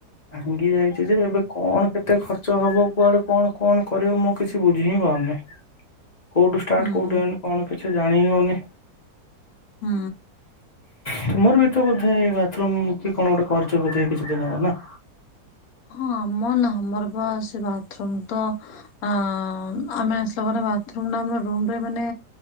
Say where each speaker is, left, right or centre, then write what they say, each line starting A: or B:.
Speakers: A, on the left; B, on the left.
A: ଭାଙ୍ଗି ଯାଇଛି ଯେ ଏବେ କଣ କେତେ ଖର୍ଚ୍ଚ ହବ କୁଆଡେ କଣ କଣ କରିବ ମୁଁ କିଛି ବୁଝି ହିଁବ ଆ େ କୋଉଠୁ ଷ୍ଟାର୍ଟ
B: ହୁଁ
A: କଉଠ
B: ହୁଁ
A: ଆଣି କଣ ଆଛ ଜାଣି ଓନି
B: ହଁ
A: ତୁମର ବି ତ ବୋଧେ ଏଇ ବାଥମ କି କଣ ଗୋଟେ କରିଚ ବୋଧେ କିଛି ଦିନ ହବ ନା
B: ହଁ ଆମର ନା ଆମର ବା ସେ ବାଥରୁମ ତ ଅ ଆମେ ଆସିଲା ପରେ ବାଥମ ଆମ ରମରେ ମାନେ